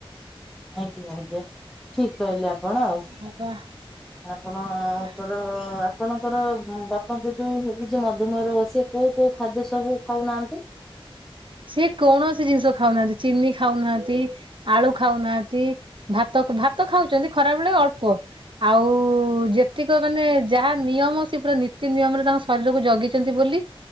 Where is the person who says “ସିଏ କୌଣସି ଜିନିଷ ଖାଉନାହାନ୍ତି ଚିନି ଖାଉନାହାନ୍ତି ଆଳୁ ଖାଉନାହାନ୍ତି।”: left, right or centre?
Right